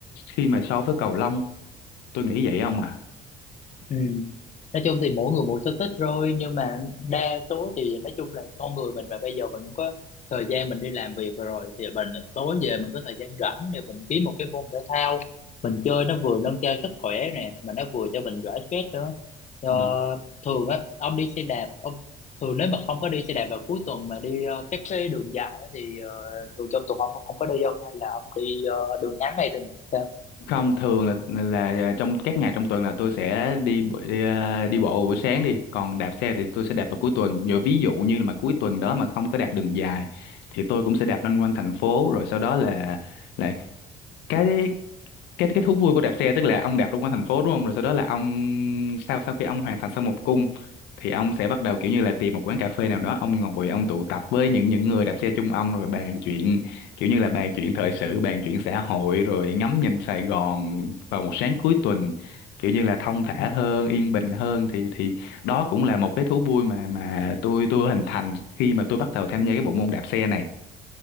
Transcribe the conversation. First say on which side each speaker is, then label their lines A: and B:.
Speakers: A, on the left; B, on the left.
A: khi mà so với cầu lông tôi nghĩ vậy không à
B: Ừ. Nói chung thì mỗi người một sở thích rồi nhưng mà đa số thì nói chung là con người mình mà bây giờ mình cũng có thời gian mình đi làm việc rồi thì mình tối về mình có thời gian rảnh thì mình kiếm một cái môn thể thao mình chơi nó vừa nâng cao sức khỏe nè mà nó vừa cho mình giải stress nữa Ờ,
A: Được.
B: thường á ông đi xe đạp ông thường nếu mà không có đi xe đạp vào cuối tuần mà đi ờ, các cái đường dài á, thì ờ, thường trong tuần ông không có đi không hay là ông đi ờ, đường ngắn hay đường sao
A: không thường là, là là trong các ngày trong tuần là tôi sẽ đi bu- đi, ờ, đi bộ vào buổi sáng đi còn đạp xe thì tôi sẽ đạp vào cuối tuần giờ ví dụ như là mà cuối tuần đó mà không có đạp đường dài thì tôi cũng sẽ đạp loanh quanh thành phố rồi sau đó là là cái cái cái thú vui của đạp xe tức là ông đạp trong quanh thành phố đúng không rồi sau đó là ông sau sau khi ông hoàn thành xong một cung thì ông sẽ bắt đầu kiểu như là tìm một quán cà phê nào đó ông ngồi ông tụ tập với những những người đạp xe chung ông rồi bàn chuyện kiểu như là bàn chuyện thời sự bàn chuyện xã hội rồi ngắm nhìn Sài Gòn vào một sáng cuối tuần kiểu như là thong thả
B: ừ.
A: hơn yên bình hơn thì thì đó cũng là một cái thú vui mà mà tôi tôi hình thành khi mà tôi bắt đầu tham gia cái bộ môn đạp xe này